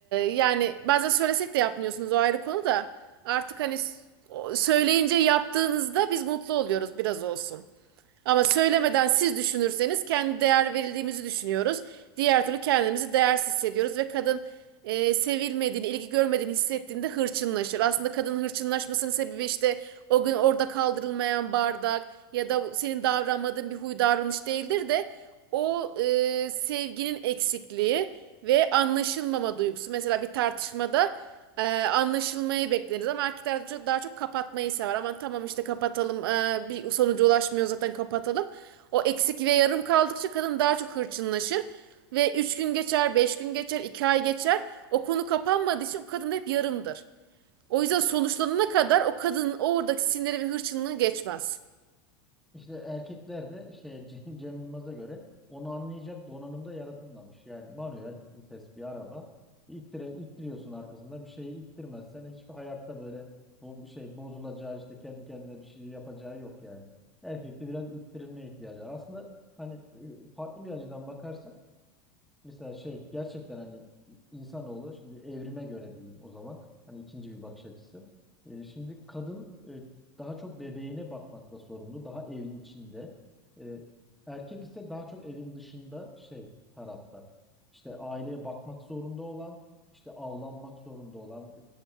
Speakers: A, on the right; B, in the centre.
A: yani bazen söylesek de yapmıyorsunuz o ayrı konu da artık hani s- o- söyleyince yaptığınızda biz mutlu oluyoruz biraz olsun. Ama söylemeden siz düşünürseniz kendi değer verildiğimizi düşünüyoruz. Diğer türlü kendimizi değersiz hissediyoruz ve kadın e, sevilmediğini, ilgi görmediğini hissettiğinde hırçınlaşır. Aslında kadının hırçınlaşmasının sebebi işte o gün orada kaldırılmayan bardak ya da senin davranmadığın bir huy davranış değildir de o e, sevginin eksikliği ve anlaşılmama duygusu. Mesela bir tartışmada ee, anlaşılmayı bekleriz ama erkekler de çok, daha çok kapatmayı sever. Aman tamam işte kapatalım ee, bir sonuca ulaşmıyor zaten kapatalım. O eksik ve yarım kaldıkça kadın daha çok hırçınlaşır. Ve 3 gün geçer, 5 gün geçer, 2 ay geçer. O konu kapanmadığı için o kadın hep yarımdır. O yüzden sonuçlanana kadar o kadının oradaki siniri ve hırçınlığı geçmez.
B: İşte erkekler de şey <laughs> Cem, Cem Yılmaz'a göre onu anlayacak donanımda yaratılmamış. Yani manuel vites bir araba. İttire, ittiriyorsun arkasından bir şeyi ittirmezsen hiçbir hayatta böyle bu şey bozulacağı işte kendi kendine bir şey yapacağı yok yani. Erkekte biraz ittirilmeye ihtiyacı var. Aslında hani e, farklı bir açıdan bakarsak Mesela şey gerçekten hani insanoğlu şimdi evrime göre diyeyim o zaman hani ikinci bir bakış açısı. E, şimdi kadın e, daha çok bebeğine bakmakla sorumlu, daha evin içinde. E, erkek ise daha çok evin dışında şey tarafta. İşte aileye bakmak zorunda olan, işte avlanmak zorunda olan,